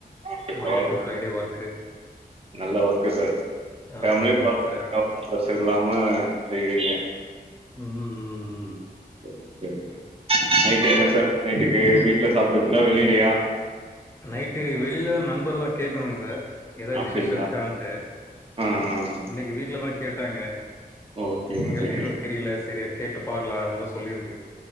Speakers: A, on the right; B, on the left.
A: ஓகே பரவாயில்ல
B: மண்டே டு ஃப்ரைடே ஒர்க்கு
A: நல்ல ஒர்க்கு சார் ஃபேமிலிய
B: ஆமா, ஆமாங்க
A: பாத்துட்டு
B: சார்.
A: <inaudible> ப்ரஷர் இல்லாம செய்றீங்க
B: ம் ம் ம்
A: சேரி சேரிங்க நைட்டுக்கு என்ன சார் நைட்டுக்கு வீட்ல சாப்பிடுவீங்களா இல்ல வெளிலையா
B: நைட்டு வெளில தா நண்பர தா கேக்கணுங்க சார் ஏதா
A: அப்டிங்களா
B: விசேஷம் இருக்கா டு
A: ஆ ஆ
B: இன்னைக்கு வீட்லதா கேட்டாங்க
A: ஓகே
B: எங்களுக்கு
A: ஓகே
B: எதுவு தெரில சேரி கேட்டு பாக்கலா அப்டின்னு தா சொல்லியிருக்கு